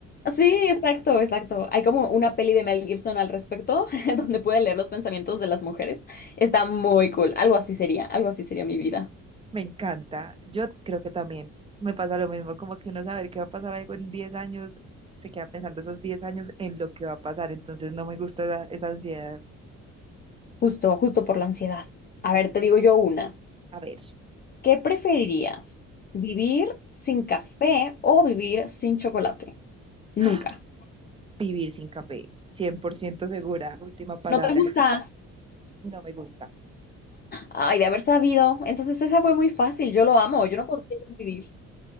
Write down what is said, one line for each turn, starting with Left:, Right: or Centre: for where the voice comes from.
Left: Sí, exacto, exacto. Hay como una peli de Mel Gibson al respecto, <laughs> donde puede leer los pensamientos de las mujeres. Está muy cool. Algo así sería, algo así sería mi vida.
Right: Me encanta. Yo creo que también me pasa lo mismo, como que uno saber que va a pasar algo en 10 años, se queda pensando esos 10 años en lo que va a pasar, entonces no me gusta esa, esa ansiedad.
Left: Justo, justo por la ansiedad. A ver, te digo yo una.
Right: A ver,
Left: ¿Qué preferirías? ¿Vivir sin café o vivir sin chocolate? Nunca.
Right: ¡ah! vivir sin café, 100% segura, última palabra,
Left: ¿No te gusta?
Right: no me gusta.
Left: Ay, de haber sabido. Entonces esa fue muy fácil. Yo lo amo. Yo no podría vivir.